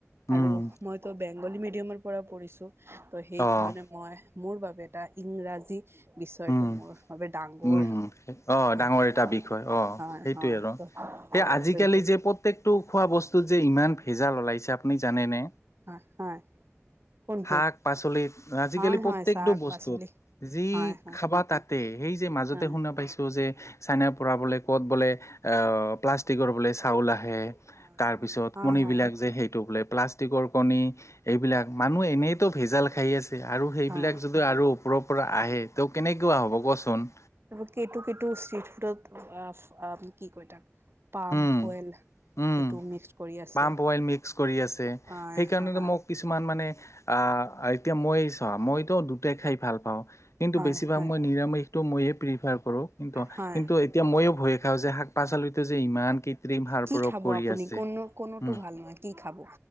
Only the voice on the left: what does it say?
উম,
অ',
উম,
উম অঁ
ডাঙৰ এটা বিষয় অ
সেইটোৱে
আৰু
সেই আজিকালি
যে প্ৰত্যেকটো খোৱা বস্তুত যে ইমান ভেজাল ওলাইছে আপুনি জানেনে
শাক পাচলিত আজিকালি
প্ৰত্যেকটো
বস্তুত
যি
খাবা তাতে সেই যে মাজতে
শুনা পাইছো যে চাইনা পৰা বোলে ক'ত বোলে প্লাষ্টিকৰ বোলে চাউল আহে
তাৰ
পিছত
কণী
এইবিলাক যে সেইটো বোলে প্লাষ্টিকৰ কণী এইবিলাক মানুহ এনেইতো ভেজাল খাই আছে আৰু সেইবিলাক
যদি আৰু পৰা আহে তেওঁ কেনেকুৱা হ'ব কচোন
উম
উম
পাম অইল মিক্স কৰি আছে
সেইকাৰণেটো
মোক কিছুমান মানে আৰু এতিয়া মই চোৱা মইতো দুটাই খাই ভাল পাওঁ কিন্তু
বেছিভাগ
মই নিৰামিষটো মইয়ে প্ৰিফাৰ কৰো কিন্তু
কিন্তু এতিয়া ময়ো ভয়ে খাওঁ যে শাক পাচলিতো যে ইমান কৃত্ৰিম সাৰ
প্ৰয়োগ
কৰি
আছে
উম